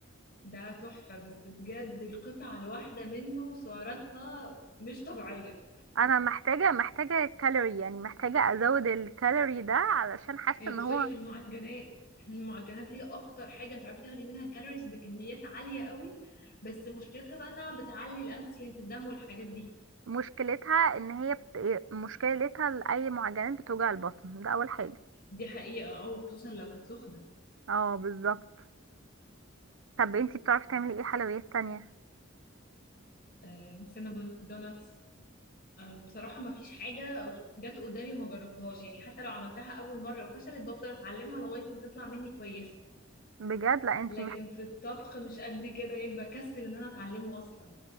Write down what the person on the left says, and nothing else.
ده تحفه بس بجد القطعه الواحده منه سعراتها مش طبيعيه
ادخلي
في المعجنات المعجنات هي اكتر حاجه هتعرفي تاخدي منها كالوريز بكميات عاليه قوي بس مشكلتها بقى انها بتعلي الانسولين في الدم والحاجات دي
دي حقيقه او خصوصا لو كانت سخنه
آه، سينابون دوناتس آه، بصراحه ما فيش حاجه جت قدامي وما جربتهاش يعني حتى لو عملتها اول مره وفشلت بفضل اتعلمها لغايه ما تطلع مني كويسه
لكن في الطبخ مش قد كده يعني بكسل ان انا اتعلمه اصلا